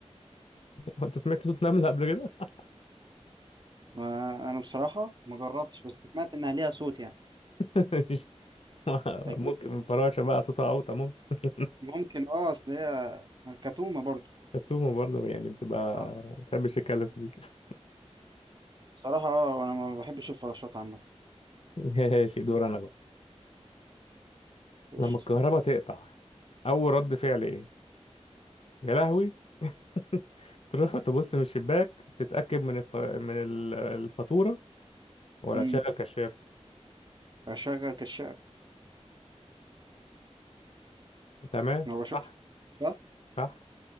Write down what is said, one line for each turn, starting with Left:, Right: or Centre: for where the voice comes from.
Left: هو انت سمعت صوت نملة قبل كده
Right: ما انا بصراحة ما جربتش بس سمعت انها ليها صوت يعني
Left: <laughs> مش-
Right: اكيد
Left: ممكن
Right: ليها
Left: فراشة
Right: صوت.
Left: بقى صوتها اوطى ممكن
Right: ممكن اه اصل هي كتومة برضه
Left: التومة برضه يعني بتبقى
Right: اه
Left: ما بتحبش تتكلم كتير
Right: بصراحة آه، انا ما بحبش الفراشات عامة
Left: <laughs> ماشي دور انا بقى
Right: قشطة
Left: لما الكهرباء تقطع اول رد فعل ايه يا لهوي <laughs> تروح تبص من الشباك تتأكد من الف... من ال- الفاتورة ولا
Right: امم
Left: تشغل كشاف
Right: اشغل كشاف
Left: تمام
Right: ما بشوفش
Left: صح
Right: صح؟
Left: صح